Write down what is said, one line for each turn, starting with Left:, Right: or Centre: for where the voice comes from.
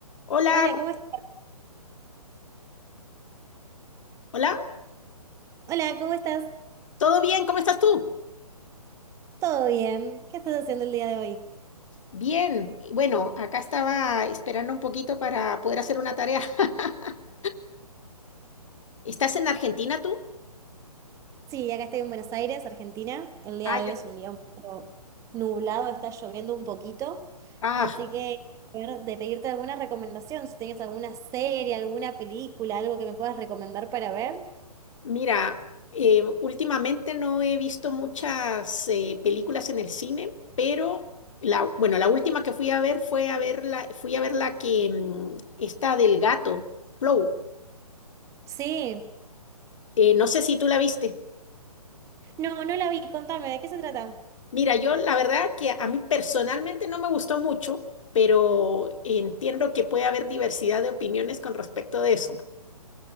Left: Hola,
Right: Hola,
Left: ¿cómo-
Right: ¿cómo estás?
Left: hola,
Right: Hola, ¿cómo estás?
Left: ¿todo bien? ¿Cómo estás tú?
Right: ¿Todo bien? ¿Qué estás haciendo el día de hoy?
Left: Bien. Bueno, acá estaba esperando un poquito para poder hacer una tarea. <laughs> ¿Estás en Argentina tú?
Right: Sí, acá estoy en Buenos Aires, Argentina. El día
Left: Ah,
Right: de
Left: ya.
Right: hoy es un día un poco nublado, está lloviendo un poquito.
Left: Ah,
Right: Así que, a ver, de pedirte alguna recomendación, si tienes alguna serie, alguna película, algo que me puedas recomendar para ver.
Left: mira, eh, últimamente no he visto muchas eh, películas en el cine, pero la, bueno, la última que fui a ver fue a ver la, fui a ver la que mm, está del gato, Flow.
Right: Sí.
Left: Eh, no sé si tú la viste.
Right: No, no la vi, contame, ¿de qué se trata?
Left: Mira, yo la verdad que a mí personalmente no me gustó mucho, pero entiendo que puede haber diversidad de opiniones con respecto de eso.